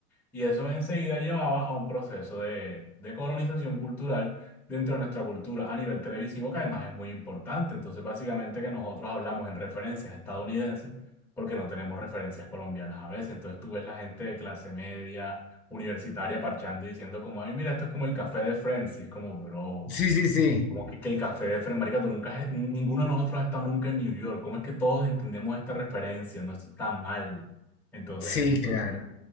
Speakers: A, in the centre; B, on the left (about 55°).
A: Y eso enseguida llevaba a un proceso de, de colonización cultural dentro de nuestra cultura a nivel televisivo, que además es muy importante. Entonces, básicamente que nosotros hablamos en referencias estadounidenses porque no tenemos referencias colombianas a veces. Entonces, tú ves la gente de clase media, universitaria, parchando y diciendo como, ay, mira, esto es como el café de Friends. Y es como, bro.
B: Sí, sí, sí,
A: Como que, que el café de Fred, marica, tú nunca has- ninguno de nosotros ha estado nunca en New York. ¿Cómo es que todos entendemos esta referencia? No, esto está mal. Entonces,
B: sí,
A: ese tipo
B: claro.
A: de vaina.